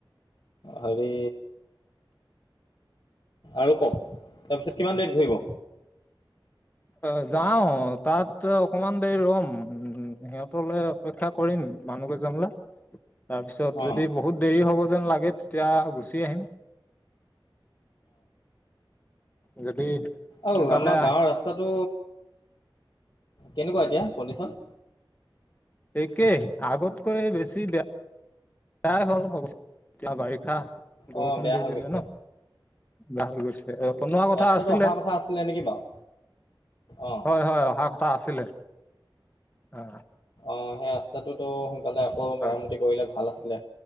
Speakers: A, on the left; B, on the left.
A: হেৰি আৰু কওক তাৰপিছত কিমান দেৰিত ঘূৰিব?
B: অ যাও তাত অকমান দেৰি ৰম উ সিহঁতলৈ অপেক্ষা কৰিম। মানুহ কেজনলে। তাৰ পিছত
A: অঁ
B: যদি বহুত দেৰি হ'ব যেন লাগে তেতিয়া গুচি আহিম। যদি সোনকালে
A: আহ আমাৰ গাঁৱৰ ৰাস্তাটো কেনেকুৱা এতিয়া কণ্ডিশন?
B: একেই আগতকৈ বেছি বেয়া। তাই হ'ল বাৰিষা বৰষুণ
A: অঁ বেয়া
B: দি
A: হৈ
B: দিলে
A: গৈছে
B: ন। বা হৈ গৈছে। বনোৱা কথা
A: ৰাস্তাটো
B: আছিলে,
A: অহা কথা আছিলে নেকি বাৰু অঁ
B: হয় হয় অহা এটা আছিলে অ
A: অ সেই ৰাস্তাটোতো সোনকালে আকৌ
B: অ
A: মেৰামতি কৰিলে ভাল আছিলে।